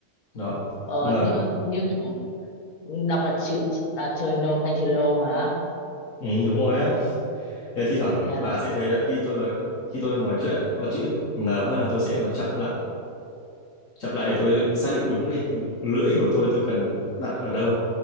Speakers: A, on the left; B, on the left.
A: đó
B: Ờ,
A: Nhưng mà
B: như như kiểu đọc là chữ là trời nôm thành trời lôm hả
A: ừ, đúng rồi á Thế thi thoảng
B: ờ thế à
A: bà sẽ thấy là khi tôi nói khi tôi nói chuyện ấy, có chữ N phát là tôi sẽ nói chậm lại chậm lại để tôi xác định đúng cái lưỡi của tôi tôi cần đặt ở đâu